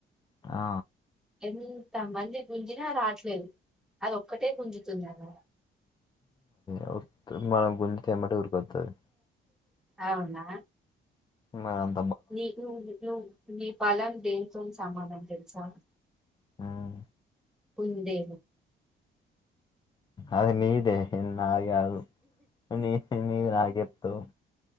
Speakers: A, on the left; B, in the centre.
A: ఆ
B: ఎంత మంది గుంజిన రాట్లేదు అది ఒక్కటే గుంజుతుంది అక్కడ
A: అవు <unintelligible> మన గుంజితే ఎమ్మటే ఉరికొత్తది
B: అవునా
A: మరి అం
B: ని ని నీ బలం దేంతోని సమానం తెలుసా
A: హ్మ్
B: కుందేలు
A: అది నీదే నాది కాదు నీది నాకు చెప్తావ్